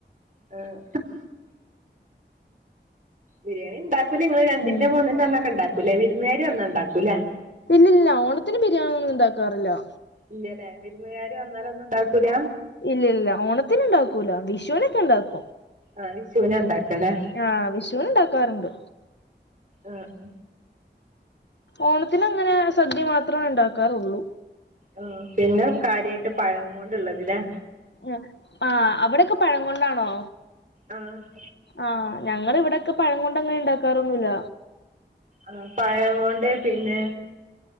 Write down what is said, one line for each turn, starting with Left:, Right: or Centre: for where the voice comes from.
Right: ആഹ് ബിരിയാണി ഉണ്ടാക്കൂലെ ങ്ങള് രണ്ടിന്റെ
Left: ഉം
Right: മൂന്നിന്റെ അന്നൊക്കെ ഉണ്ടാക്കൂലേ വിരുന്നുകാര് വന്ന ഇണ്ടാക്കൂലേ
Left: ഇല്ലില്ല ഓണത്തിന് ബിരിയാണി ഒന്നും ഇണ്ടാക്കാറില്ലോ
Right: ഇല്ലല്ലേ വിരുന്നുകാര് വന്നാല് ഒന്നും ഉണ്ടാക്കൂല?
Left: ഇല്ലല്ല ഓണത്തിന് ഇണ്ടാക്കൂല വിഷുനൊക്കെ ഇണ്ടാക്കും
Right: ആഹ് വിഷുവിനെ ഇണ്ടാക്കനെ
Left: ആഹ് വിഷുന്ണ്ടാക്കാറ്ണ്ട്
Right: അഹ്
Left: ഓണത്തിനങ്ങനെ സദ്യ മാത്രേണ് ഇണ്ടാക്കാറുള്ളൂ
Right: ആഹ് പിന്നെ കാര്യമായിട്ട് പഴ കൊണ്ടുള്ളതില്ലെ
Left: ആഹ് ആഹ് അവിടെൊക്കെ പഴം കൊണ്ടാണോ
Right: ആഹ്
Left: ആഹ് ഞങ്ങ ഇവിടെൊക്കെ പഴം കൊണ്ട്ങ്ങനെ ഉണ്ടാക്കാറൊന്നുല്ല
Right: ആഹ് പഴ കൊണ്ട് പിന്നെ